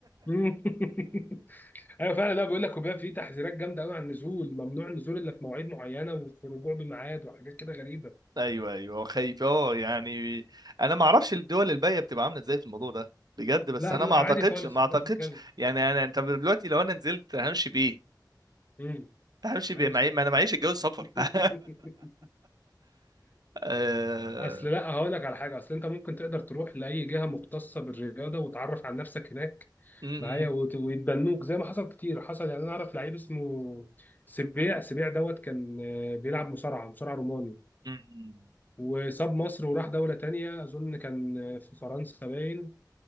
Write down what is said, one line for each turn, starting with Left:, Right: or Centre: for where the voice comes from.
Left: مم. <laughs> ايوه فعلا لا بيقول لك وبيبقى في تحذيرات جامده قوي عن النزول ممنوع النزول الا في مواعيد معينه وفي الرجوع بميعاد وحاجات كده غريبه
Right: ايوه ايوه هو خايف اه يعني انا ما اعرفش الدول الباقيه بتبقى عامله ازاي في الموضوع ده بجد بس
Left: لا
Right: انا
Left: بيبقى
Right: ما اعتقدش
Left: عادي خالص
Right: ما اعتقدش
Left: ما بتتكلم
Right: يعني انا انت دلوقتي لو انا نزلت همشي بايه؟
Left: امم
Right: همشي بايه؟
Left: ايوه
Right: معي
Left: صح
Right: ما انا معيش الجواز سفر
Left: <laughs>
Right: <laughs> آه،
Left: اصل لا هقول لك على حاجه اصل انت ممكن تقدر تروح لاي جهه مختصه بالرياضه وتعرف عن نفسك هناك
Right: م- م-
Left: معايا وت- ويتبنوك زي ما حصل كتير حصل يعني انا اعرف لعيب اسمه سبيع سبيع دوت كان آه، بيلعب مصارعه مصارع روماني
Right: م-
Left: وساب مصر وراح دولة تانية أظن كان في فرنسا باين